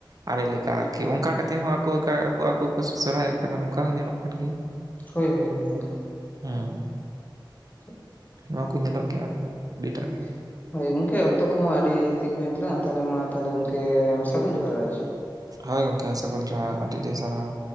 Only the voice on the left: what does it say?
ᱦᱳᱭ ᱦᱳᱭ ᱜᱚᱝᱠᱮ
ᱟᱪᱪᱷᱟ
ᱦᱩᱸ
ᱦᱳᱭ ᱜᱚᱝᱠᱮ ᱚᱠᱛᱚ ᱠᱚ ᱦᱚᱸ ᱟᱹᱰᱤ ᱡᱟᱹᱥᱛᱤ ᱜᱮ ᱦᱩᱭᱮᱱ ᱛᱟᱞᱟᱝᱟ ᱛᱟᱦᱞᱮ ᱢᱟ ᱛᱟᱦᱞᱮ ᱜᱚᱝᱠᱮ ᱥᱟᱹᱜᱩᱱ ᱡᱚᱸᱦᱟᱨ ᱟᱨ ᱪᱮᱫ